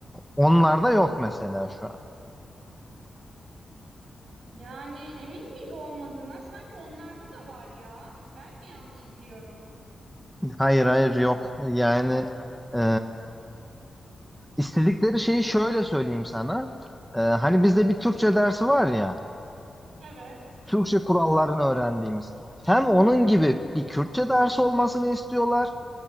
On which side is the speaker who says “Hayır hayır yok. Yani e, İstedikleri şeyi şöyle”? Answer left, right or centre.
Centre